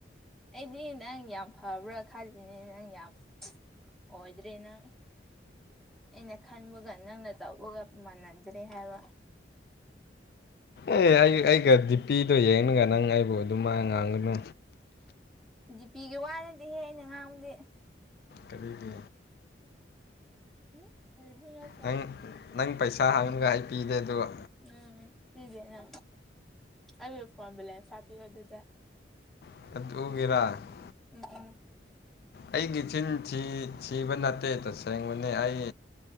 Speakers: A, in the centre; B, on the left.
A: ꯑꯩꯗꯤ ꯅꯪ ꯌꯥꯝ ꯐꯕ꯭ꯔꯥ ꯈꯜꯂꯤꯅꯦ ꯅꯪ ꯌꯥꯝ ꯑꯣꯏꯗ꯭ꯔꯦ ꯅꯪ ꯑꯩꯅ ꯈꯟꯕꯒ ꯅꯪꯅ ꯇꯧꯕꯒ ꯃꯥꯟꯅꯗ꯭ꯔꯦ ꯍꯥꯏꯕ
B: ꯑꯦ ꯑꯩ ꯑꯩꯒ ꯗꯤꯄꯤꯗꯣ ꯌꯦꯡꯉꯒ ꯅꯪ ꯑꯩꯕꯨ ꯑꯗꯨꯝ ꯃꯥꯢ ꯉꯥꯡꯒꯅꯨ
A: ꯗꯤꯄꯤꯒꯤ ꯋꯥ ꯅꯠꯇꯦꯍꯦ ꯑꯩꯅ ꯉꯥꯡꯕꯗꯤ
B: ꯀꯔꯤꯒꯤ
A: ꯍꯨ ꯀꯔꯤꯁꯨ ꯅꯠ
B: ꯅꯪ ꯅꯪ ꯄꯩꯁꯥ ꯍꯪꯅꯤꯉꯥꯏ ꯑꯩ ꯄꯤꯗꯦ ꯗꯣꯒ
A: ꯎꯝ ꯄꯤꯗꯦꯅ ꯑꯩꯒꯤ ꯐꯣꯟ ꯕꯦꯂꯦꯟꯁ ꯍꯥꯞꯄꯤꯌꯣ ꯑꯗꯨꯗꯤ
B: <unintelligible>
A: ꯎꯝꯝ
B: ꯑꯩꯒꯤ ꯆꯤꯟ ꯁꯤ ꯊꯤꯕ ꯅꯠꯇꯦ ꯇꯁꯦꯡꯕꯅꯤ ꯑꯩ